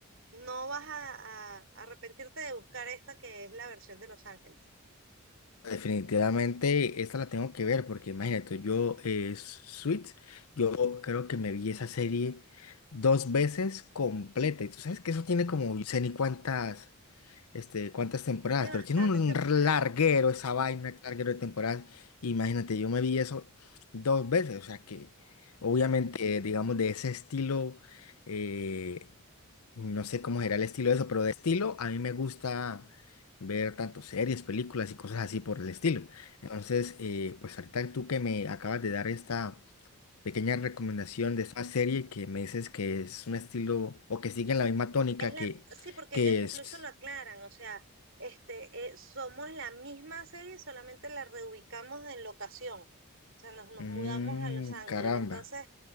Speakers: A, on the right; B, on the left.
A: no vas a, a a arrepentirte de buscar esta que es la versión de Los Ángeles.
B: Definitivamente esta la tengo que ver porque imagínate, yo, eh, Suits, yo creo que me vi esa serie dos veces completa. Y tú sabes que eso tiene como, yo sé ni cuántas. este, cuántas temporadas,
A: Tiene bastantes
B: pero tiene un
A: temporadas.
B: larguero esa vaina, larguero de temporadas. Imagínate, yo me vi eso dos veces, o sea que obviamente, digamos, de ese estilo, eh, no sé cómo será el estilo de eso, pero de estilo a mí me gusta ver tanto series, películas y cosas así por el estilo. Entonces, eh, pues ahorita tú que me acabas de dar esta pequeña recomendación de esta serie que me dices que es un estilo o que sigue la misma tónica
A: Es la,
B: que,
A: sí, porque
B: que
A: ellos incluso
B: es.
A: lo aclaran, o sea, este, eh, somos la misma serie, solamente la reubicamos en locación. O sea, nos, nos
B: Mm,
A: mudamos a Los Ángeles.
B: caramba.
A: Entonces,